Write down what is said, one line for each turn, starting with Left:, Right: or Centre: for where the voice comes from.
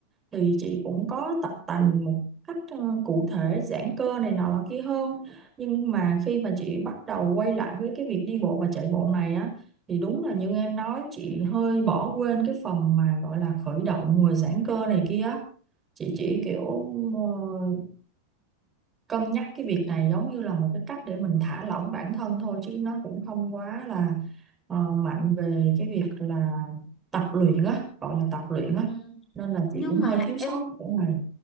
Right: thì chị cũng có tập tành một cách ờ, cụ thể giãn cơ này nọ là kia hơn nhưng mà khi mà chị bắt đầu quay lại với cái việc đi bộ và chạy bộ này á thì đúng là như em nói chị hơi bỏ quên cái phần mà gọi là khởi động rồi giãn cơ này kia á. chị chỉ kiểu ờ, cân nhắc cái việc này giống như là một cái cách để mình thả lỏng bản thân thôi chứ nó cũng không quá là ờ, mạnh về cái việc là tập luyện á gọi là tập luyện á
Left: Ừ.
Right: nên là
Left: nhưng
Right: chị cũng hơi
Left: mà
Right: thiếu
Left: em
Right: sót cái chỗ này